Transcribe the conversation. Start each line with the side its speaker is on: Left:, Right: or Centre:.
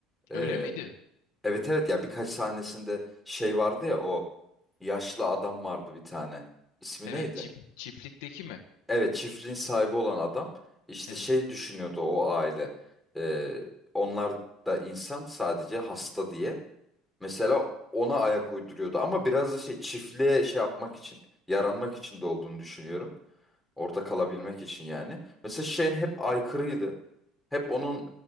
Centre: E,
Left: Öyle miydi?
Centre: Evet evet ya birkaç sahnesinde şey vardı ya o yaşlı adam vardı bir tane. İsmi
Left: Evet,
Centre: neydi?
Left: çift çiftlikteki mi?
Centre: Evet çiftliğin sahibi olan adam işte
Left: Evet.
Centre: şey düşünüyordu o aile. Ee, onlar da insan sadece hasta diye. Mesela ona ayak uyduruyordu ama biraz da şey çiftliğe şey yapmak için yaranmak için de olduğunu düşünüyorum. Orada kalabilmek için yani. Mesela Shane hep aykırıydı. Hep onun